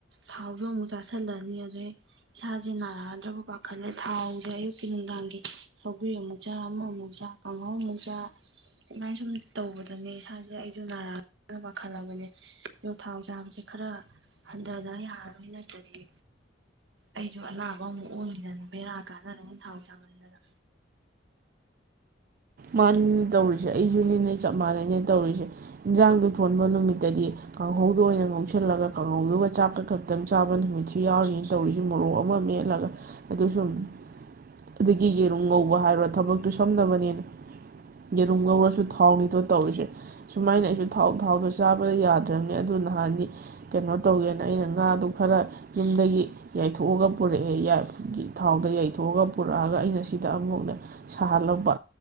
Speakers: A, on the right; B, on the right.
A: ꯊꯥꯎꯁꯨ ꯑꯃꯨꯛ ꯆꯥꯥꯁꯜꯂꯅꯤ ꯑꯗꯨꯗꯩ ꯏꯁꯥꯁꯦ ꯅꯥꯔꯛꯑꯗ꯭ꯔꯕ ꯄꯥꯈꯠꯂꯦ ꯊꯥꯎꯁꯦ ꯑꯌꯨꯛꯀꯤ ꯅꯨꯡꯗꯥꯡꯒꯤ ꯁꯧꯒꯔꯤ ꯑꯃꯨꯛ ꯆꯥ ꯑꯃꯃꯨꯛ ꯆꯥ ꯀꯥꯡꯍꯧ ꯑꯃꯨꯛ ꯆꯥ ꯑꯗꯨꯃꯥꯏꯅ ꯁꯨꯝ ꯇꯧꯕꯗꯅꯦ ꯏꯁꯥꯁꯦ ꯑꯩꯁꯨ ꯅꯥꯔꯛꯑꯗ ꯄꯥꯈꯠꯂꯕꯅꯦ ꯑꯗꯣ ꯊꯥꯎ ꯆꯥꯡꯕꯁꯦ ꯈꯔ ꯍꯟꯊꯗ ꯌꯥꯔꯔꯣꯏꯅ ꯑꯗꯨꯗꯤ ꯑꯩꯁꯨ ꯑꯅꯥꯕ ꯑꯃꯨꯛ ꯑꯣꯏꯈꯤꯗꯅꯤ ꯕꯦꯔꯥ ꯀꯥꯟꯗꯅꯩꯅ ꯊꯥꯎ ꯆꯥꯃꯟꯗꯅ
B: ꯃꯥꯅꯤꯅꯦ ꯇꯧꯔꯤꯁꯦ ꯑꯩꯁꯨꯅꯦꯅꯦ ꯆꯞ ꯃꯥꯟꯅꯩꯅꯦ ꯇꯧꯔꯤꯁꯦ ꯏꯟꯖꯥꯡꯗꯨ ꯊꯣꯟꯕ ꯅꯨꯃꯤꯠꯇꯗꯤ ꯀꯥꯡꯍꯧꯗ ꯑꯣꯏꯅ ꯉꯧꯁꯤꯜꯂꯒ ꯀꯥꯡꯍꯧꯗꯨꯒ ꯆꯥꯛꯀ ꯈꯛꯇꯪ ꯆꯥꯕ ꯅꯨꯃꯤꯠꯁꯨ ꯌꯥꯎꯔꯤꯅ ꯇꯧꯔꯤꯁꯦ ꯃꯣꯔꯣꯛ ꯑꯃ ꯃꯦꯠꯂꯒ ꯑꯗꯨ ꯁꯨꯝ ꯑꯗꯨꯗꯒꯤ ꯌꯦꯔꯨꯝ ꯉꯧꯕ ꯍꯥꯏꯔꯣ ꯊꯕꯛꯇꯨ ꯁꯝꯅꯕꯅꯦꯅ ꯌꯦꯔꯨꯝ ꯉꯧꯔꯁꯨ ꯊꯥꯎꯅꯤꯗꯣ ꯇꯧꯔꯤꯁꯦ ꯁꯨꯃꯥꯏꯅ ꯑꯩꯁꯨꯥꯎ ꯊꯥꯎꯗꯣ ꯆꯥꯕꯗ ꯌꯥꯗ꯭ꯔꯕꯅꯦ ꯑꯗꯨ ꯅꯍꯥꯟꯗꯤ ꯀꯩꯅꯣ ꯇꯧꯒꯦꯅ ꯑꯩꯅ ꯉꯥꯗꯣ ꯈꯔ ꯌꯨꯝꯗꯒꯤ ꯌꯩꯊꯣꯛꯑꯒ ꯄꯨꯔꯛꯑꯦ ꯊꯥꯎꯗ ꯌꯏꯊꯣꯛꯑꯒ ꯄꯨꯔꯛꯑꯒ ꯑꯩꯅ ꯁꯤꯗ ꯑꯃꯐꯥꯎꯅꯦ ꯁꯥꯍꯜꯂꯕ